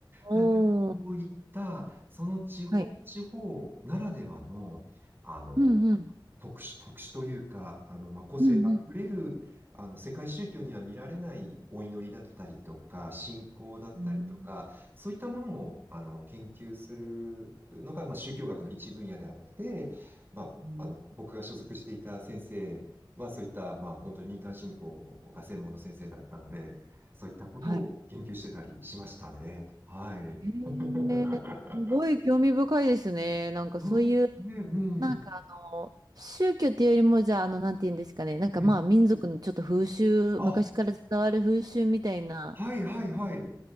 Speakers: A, on the right; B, on the right.
A: おー。
B: 何かそういった、その地方、
A: はい。
B: 地方ならではの、あの、
A: うんうん。
B: 特殊、特殊というか、あの、まあ、個性あふれる、
A: うんうん。
B: あの、世界宗教には見られないお祈りだったりとか、信仰だったりとか、
A: うん。
B: そういったものを、あの、研究するのが、まあ、宗教学の一分野であって、まあ、
A: うん
B: あの、僕が所属していた先生は、そういった、まあ、本当に民間信仰が専門の先生だったので、そういったことを研究してたりしましたね。
A: はい。
B: はい。
A: へ
B: <laughs>
A: え、すごい興味深いですね。なんかそういう
B: うんね、うん。
A: なんかあの、宗教っていうよりも、じゃあ、あの、なんて言うんですかね。なんかまあ、
B: うん。
A: 民族のちょっと風習、
B: あ、
A: 昔から伝わる風習みたいな
B: はいはいはい。